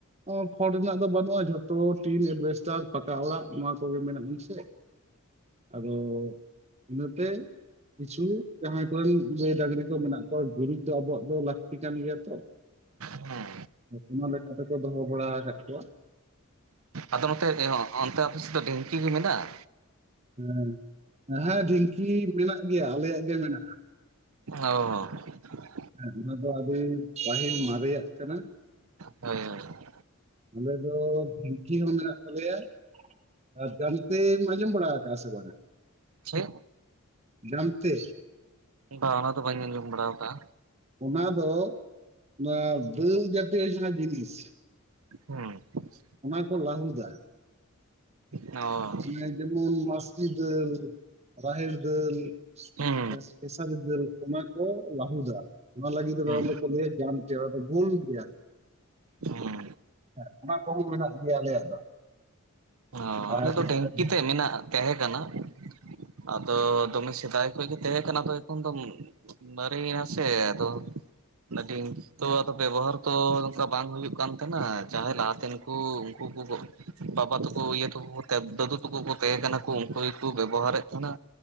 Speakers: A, on the right; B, on the right.
A: <unintelligible> ᱠᱷᱚᱲ ᱨᱮᱱᱟᱜ ᱫᱚ ᱵᱟᱹᱱᱩᱜᱼᱟ ᱡᱷᱚᱛᱚ ᱴᱤᱱ ᱮᱰᱵᱷᱮᱥᱴᱟᱨ ᱯᱟᱠᱟ ᱚᱲᱟᱜ ᱱᱚᱣᱟ ᱠᱚᱜᱮ ᱢᱮᱱᱟᱜᱼᱟ ᱥᱮ ᱼᱼ <inaudible> ᱟᱫᱚ ᱤᱱᱟᱹᱛᱮ ᱼᱼ ᱠᱤᱪᱷᱩᱭᱟ ᱡᱟᱦᱟᱸᱭ ᱠᱚᱨᱮᱱ ᱜᱟᱹᱭ ᱰᱟᱹᱝᱨᱤ ᱠᱚ ᱢᱮᱱᱟᱜ ᱠᱚᱣᱟ ᱜᱩᱨᱤᱡ ᱫᱚ ᱟᱵᱚᱣᱟᱜ ᱫᱚ ᱞᱟᱹᱠᱛᱤ ᱠᱟᱱ ᱜᱮᱭᱟ ᱛᱚ᱾
B: ᱦᱩᱸ
A: <inaudible> ᱚᱱᱟ ᱞᱮᱠᱟ ᱛᱮᱠᱚ ᱫᱚᱦᱚ ᱵᱟᱲᱟ ᱟᱠᱟᱫ ᱠᱚᱣᱟ ᱾ <inaudible>
B: ᱟᱫᱚ ᱱᱚᱛᱮ <unintelligible> ᱚᱱᱛᱮ ᱟᱯᱮᱥᱮᱫ ᱫᱚ ᱰᱷᱤᱝᱠᱤ ᱢᱮᱱᱟᱜᱼᱟ᱾
A: <inaudible> ᱦᱮᱸ ᱦᱮᱸ ᱰᱷᱤᱝᱠᱤ ᱢᱮᱱᱟᱜ ᱜᱮᱭᱟ ᱟᱞᱮᱭᱟᱜ ᱜᱮ ᱢᱮᱱᱟᱜᱼᱟ᱾
B: ᱚ <inaudible>
A: ᱦᱮᱸ ᱚᱱᱟ ᱫᱚ ᱟᱹᱰᱤ ᱯᱟᱹᱦᱤᱞ ᱢᱟᱨᱮᱭᱟᱜ ᱠᱟᱱᱟ᱾
B: ᱦᱳᱭ-ᱦᱳᱭ
A: ᱟᱞᱮ ᱫᱚ ᱰᱷᱤᱝᱠᱤ ᱦᱚᱸ ᱢᱮᱱᱟᱜ ᱛᱟᱞᱮᱭᱟ ᱾ ᱟᱨ ᱡᱟᱢᱛᱮᱢ ᱟᱸᱡᱚᱢ ᱵᱟᱲᱟᱣᱜ ᱠᱟᱜᱼᱟ ᱥᱮ ᱵᱟᱝᱟ᱾
B: ᱪᱮᱫ
A: ᱡᱟᱢᱛᱮ ᱾
B: ᱵᱟ ᱚᱱᱟ ᱫᱚ ᱵᱟᱹᱧ ᱟᱸᱡᱚᱢ ᱵᱟᱲᱟᱣ ᱠᱟᱜᱼᱟ᱾
A: ᱚᱱᱟ ᱫᱚ ᱱᱚᱣᱟ ᱫᱟᱹᱞ ᱡᱟᱹᱛᱤᱭᱚ ᱡᱟᱦᱟᱸ ᱡᱤᱱᱤᱥ᱾
B: <unintelligible>
A: ᱚᱱᱟ ᱠᱚ ᱞᱟᱹᱦᱩᱫᱟ᱾
B: ᱚ
A: <unintelligible> ᱡᱮᱢᱚᱱ ᱢᱟᱹᱥᱨᱤ ᱫᱟᱹᱞ ᱨᱟᱦᱮᱲ ᱫᱟᱹᱞ᱾
B: ᱦᱩᱸ
A: <unintelligible> ᱯᱮᱥᱟᱨᱤ ᱫᱟ. ᱞ ᱚᱱᱟ ᱠᱚ ᱞᱟᱹᱦᱩᱫᱟ᱾ ᱚᱱᱟ ᱞᱟᱹᱜᱤᱫ ᱛᱮᱫᱚ
B: ᱦᱩᱸ
A: ᱫᱚᱠᱚ ᱞᱟᱹᱭᱟ ᱡᱟᱢ <unintelligible> ᱫᱚ ᱵᱷᱩᱞ ᱜᱮᱭᱟ᱾
B: ᱦᱩᱸ
A: ᱦᱮᱸ ᱚᱱᱟ ᱠᱚᱦᱚᱸ ᱢᱮᱱᱟᱜ ᱜᱮᱭᱟ ᱟᱞᱮᱭᱟᱜ ᱫᱚ᱾
B: ᱚ,
A: ᱟᱨ
B: ᱟᱞᱮ
A: ᱦᱮᱸ
B: ᱫᱚ ᱰᱷᱤᱝᱠᱤ ᱛᱮᱜ ᱢᱮᱱᱟᱜᱼᱟ᱾ ᱛᱮᱦᱮᱸ ᱠᱟᱱᱟ᱾ <inaudible> ᱟᱫᱚ, ᱫᱚᱢᱮ ᱥᱮᱫᱟᱭ ᱠᱷᱚᱡ ᱜᱮ ᱛᱟᱦᱮᱸ ᱠᱟᱱᱟ ᱟᱫᱚ ᱮᱠᱷᱚᱱ ᱫᱚ ᱼᱼ ᱢᱟᱨᱮᱭᱮᱱᱟ ᱥᱮ ᱟᱫᱚ ᱾ ᱰᱷᱤᱝᱠᱤ ᱛᱚ ᱟᱫᱚ ᱵᱮᱵᱚᱦᱟᱨ ᱛᱚ ᱱᱚᱝᱠᱟ ᱵᱟᱝ ᱦᱩᱭᱩᱜ ᱠᱟᱱ ᱛᱟᱦᱮᱱᱟ᱾ ᱡᱟᱦᱟᱸᱭ ᱞᱟᱦᱟᱛᱮᱱ ᱠᱩ ᱩᱱᱠᱩ ᱠᱚ <unintelligible> ᱵᱟᱵᱟ ᱛᱟᱠᱚ ᱤᱭᱟᱹ ᱛᱟᱠᱚᱼᱼ ᱫᱟᱫᱩ ᱛᱟᱠᱚ ᱠᱚ ᱛᱟᱦᱮᱸ ᱠᱟᱱᱟ ᱠᱚ ᱩᱱᱠᱩ ᱜᱮᱠᱚ ᱵᱮᱵᱚᱦᱟᱨᱮᱫ ᱛᱟᱦᱮᱱᱟ